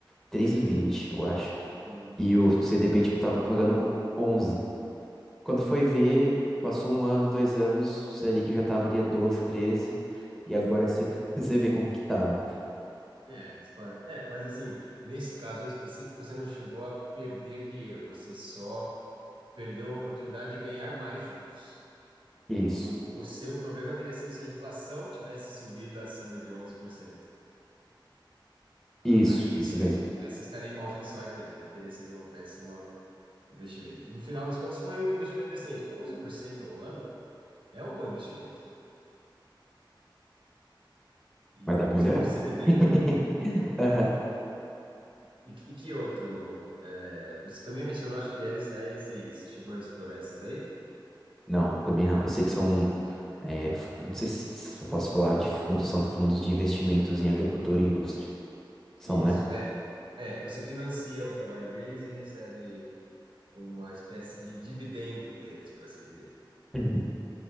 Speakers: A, in the centre; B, on the right.
A: três
B: Hum,
A: e vinte, eu acho.
B: sim,
A: E o CDB,
B: 2020.
A: tipo, tava pagando onze quando foi ver, passou um ano, dois anos, você ali que já tava ali há 12, 13, e agora você, <laughs> você vê como que tá, né?
B: É, dispara- é, mas assim, nesse caso em específico, você não chegou a perder dinheiro, você só perdeu a oportunidade de ganhar mais juros.
A: Isso,
B: O, o seu problema teria sido se a inflação tivesse subido acima de 11%. A-
A: isso,
B: Aí
A: isso
B: você,
A: mesmo.
B: aí você estaria em maus lençóis mesmo, aí teria sido uma péssima, investimento. No final das contas, foi um investimento decente. onze por cento ao ano é um bom investimento. E
A: Mas dá pra
B: você
A: melhorar.
B: falou CDB,
A: <laughs>
B: né?
A: Aham.
B: E, que e que outro? É, você também mencionou, acho que LCA e LCI. Você chegou a explorar esses aí?
A: Não, também não. Eu sei que são. é, f- eu não sei se, se eu posso falar de fun- são fundos de investimentos em agricultura e indústria. São,
B: Isso,
A: né?
B: é. É, você financia o trabalho deles e recebe uma espécie de dividendo deles, por assim dizer,
A: Uhum.